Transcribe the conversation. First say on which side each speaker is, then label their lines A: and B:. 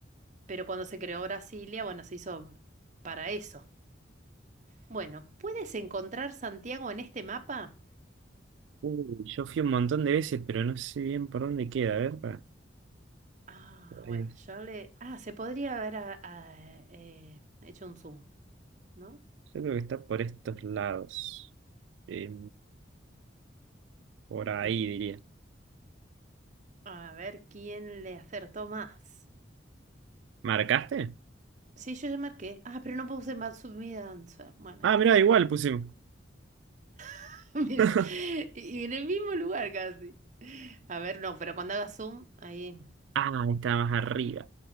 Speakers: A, on the right (about 40°); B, on the right (about 70°).
A: pero cuando se creó Brasilia, bueno, se hizo para eso. Bueno, ¿puedes encontrar Santiago en este mapa?
B: Uy, yo fui un montón de veces, pero no sé bien por dónde queda. A ver, pará.
A: Ah,
B: Eh,
A: bueno, yo le... Ah, se podría haber ah, ah, eh, hecho un zoom, ¿no?
B: Yo creo que está por estos lados. Eh, por ahí
A: <laughs>
B: diría.
A: A ver quién le acertó más.
B: ¿Marcaste?
A: Sí, yo ya marqué. Ah, pero no puse Matsumi answer, Bueno,
B: Ah,
A: ahí está.
B: mirá, igual pusimos.
A: <laughs> Miren,
B: <laughs>
A: y y en el mismo lugar casi. A ver, no, pero cuando haga zoom, ahí.
B: Ah, está más arriba.